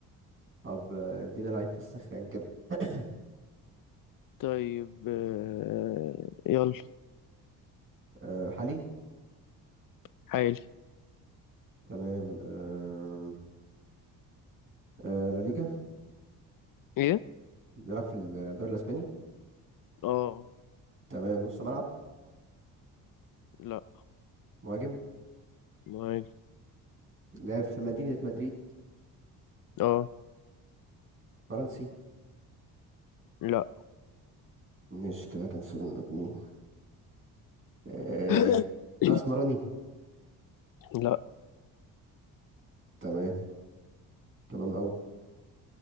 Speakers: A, on the right; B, on the left.
A: طب آه، ادينا لعيب في السخان كده <coughs>
B: طيب آه، يلا
A: آه، حالي
B: حالي
A: تمام آم، آه، لا ليجا
B: ايه
A: بيلعب في الدوري الاسباني
B: اه
A: تمام نص ملعب
B: لا
A: مهاجم
B: معايا
A: لعب في مدينه مدريد
B: اه
A: فرنسي
B: لا
A: مش كده كان سن اتنين آه،
B: <coughs>
A: اسمراني
B: لا
A: تمام تمام أوي